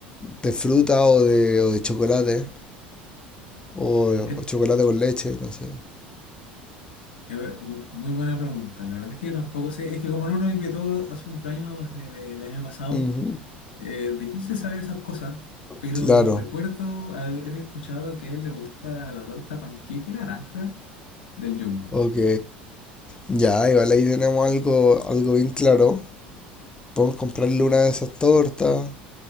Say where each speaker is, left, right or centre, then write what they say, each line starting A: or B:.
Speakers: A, on the left; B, on the left.
A: de fruta o de, o de chocolate. O,
B: Eh,
A: o chocolate con leche, no sé.
B: eh, un- muy buena pregunta, la verdad es que yo tampoco sé, es que como no nos invitó a su cumpleaños eh, el año pasado,
A: Ujú.
B: eh, difícil saber esas cosas, pero
A: Claro,
B: recuerdo haber escuchado que a él le gusta la torta panqueque naranja del Jumbo.
A: ok. Ya, igual ahí tenemos algo, algo bien claro. Podemos comprarle una de esas tortas.